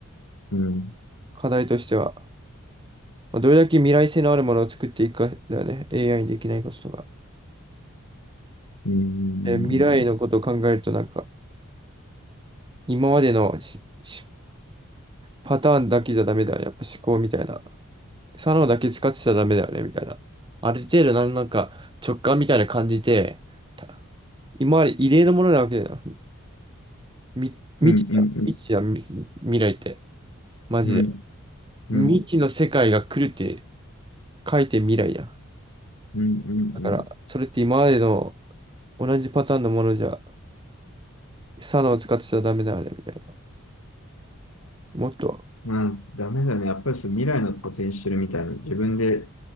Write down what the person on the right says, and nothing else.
課題としては。まあ、どれだけ未来性のあるものを作っていくかだよね。AI にできないこととか。
えー未来のことを考えると、なんか、今までのししパターンだけじゃダメだよね。やっぱ思考みたいな。左脳だけ使ってちゃダメだよね、みたいな。ある程度なん、なんか直感みたいな感じで、た今まで異例のものなわけだよ。み、未知じゃん。
未知じゃん、み未来って。マジで。
未知の世界が来るって
書いて未来やん。
だから、
それって今までの同じパターンのものじゃサナを使ってちゃダメだよね、みたいな。もっと、